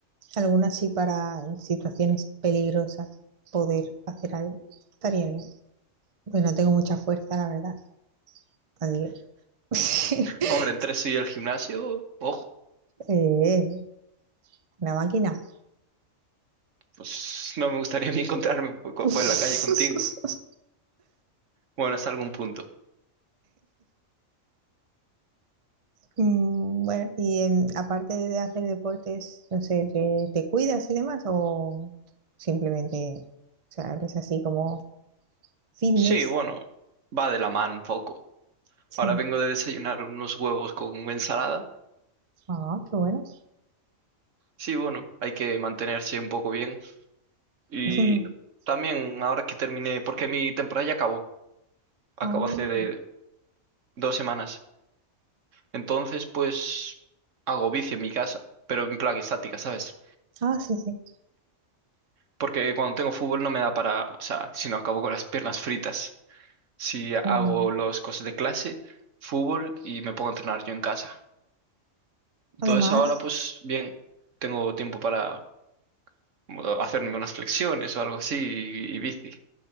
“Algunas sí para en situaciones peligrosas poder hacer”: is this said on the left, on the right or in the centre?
Right